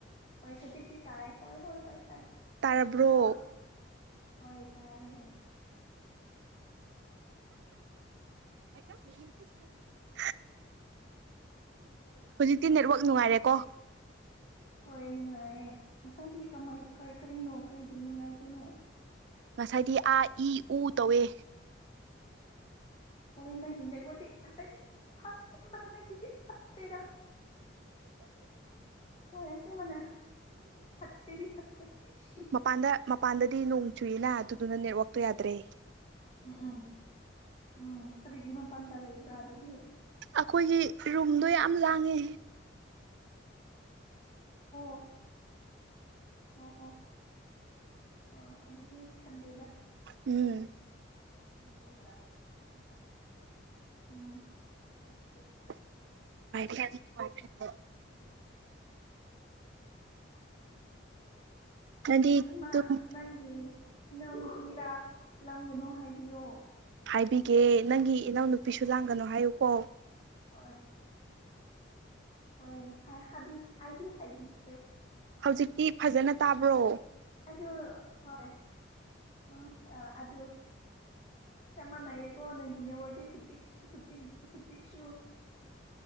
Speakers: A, on the left (about 30°); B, on the right (about 65°).
A: ꯍꯣꯏ ꯍꯧꯖꯤꯛꯇꯤ ꯇꯥꯏ ꯍꯣꯏ ꯍꯣꯏ ꯍꯣꯏ ꯇꯥꯏ
B: ꯇꯥꯔꯕ꯭ꯔꯣ
A: ꯑꯥ ꯍꯣꯏ ꯇꯥꯔꯦ
B: <inaudible>
A: <unintelligible>
B: ꯍꯧꯖꯤꯛꯇꯤ ꯅꯦꯠꯋꯥꯛ ꯅꯨꯡꯉꯥꯏꯔꯦꯀꯣ
A: ꯍꯣꯏ ꯅꯨꯡꯉꯥꯏꯔꯦ ꯉꯁꯥꯏꯒꯤ ꯀꯃꯥꯏ ꯀꯔꯤ ꯀꯔꯤꯅꯣ ꯀꯔꯤꯒꯤ ꯅꯨꯡꯉꯥꯏꯇꯤꯅꯣ
B: ꯉꯁꯥꯏꯗꯤ ꯑꯥ ꯏ ꯎ ꯇꯧꯋꯦ
A: ꯍꯣꯏ ꯅꯦꯒꯤ ꯅꯦꯠꯆꯥꯠꯇꯤ ꯐꯖꯗꯦ ꯑꯁ ꯃꯥꯅ ꯅꯪꯒꯤꯗꯤ ꯐꯠ ꯇꯦꯗ ꯍꯣꯏ ꯑꯁꯦꯝꯕꯅꯦ ꯐꯠꯇꯦꯗꯤ ꯐꯠꯇꯦ ꯍꯤ
B: ꯃꯄꯥꯟꯗ ꯃꯄꯥꯟꯗꯗꯤ ꯅꯣꯡ ꯆꯨꯏꯑꯦꯅ ꯑꯗꯨꯗꯨꯅ ꯅꯦꯠꯋꯥꯛꯇꯣꯥ ꯌꯥꯗ꯭ꯔꯦ
A: ꯎꯝ ꯎꯝ ꯎꯝ ꯀꯔꯤꯒꯤ ꯃꯄꯥꯟꯗ ꯂꯩꯕ꯭ꯔꯥ ꯑꯗꯨꯗꯤ
B: ꯑꯈꯣꯏꯒꯤ ꯔꯨꯝꯗꯣ ꯌꯥꯝ ꯂꯥꯡꯉꯦ
A: ꯑꯣ ꯑꯣ ꯑꯣ ꯑꯥ ꯑꯗꯨꯗꯤ ꯈꯟꯗꯦꯗ
B: ꯎꯝ
A: <unintelligible>
B: <unintelligible>
A: <inaudible>
B: ꯅꯪꯗꯤ
A: ꯏꯃꯥ
B: ꯑꯗꯨꯝ
A: ꯅꯪꯒꯤ ꯏꯅꯥꯎꯅꯨꯄꯤꯔ ꯂꯥꯡꯒꯅꯣ ꯍꯥꯏꯕꯤꯌꯣ
B: ꯍꯥꯏꯕꯤꯒꯦ ꯅꯪꯒꯤ ꯏꯅꯥꯎ ꯅꯨꯨꯄꯤꯁꯨ ꯂꯥꯡꯒꯅꯨ ꯍꯥꯏꯌꯨꯀꯣ
A: ꯍꯣꯏ ꯍꯣꯏ ꯍꯥꯏ ꯍꯥꯏꯕꯤ ꯑꯩꯗꯤ ꯍꯥꯏꯕꯤꯈ꯭ꯔꯦ
B: ꯍꯧꯖꯤꯛꯇꯤ ꯐꯖꯅ ꯇꯥꯕ꯭ꯔꯣ
A: ꯑꯗꯨ ꯍꯣꯏ ꯑ ꯑ ꯑꯗꯨ ꯆꯝ ꯝꯅꯩꯌꯦꯀꯣ ꯅꯪꯒꯤ ꯅꯦꯠꯋꯥꯔꯗꯤ ꯍꯨꯖꯤꯛ ꯍꯨꯖꯤꯛ ꯍꯨꯖꯤꯛꯁꯨꯨ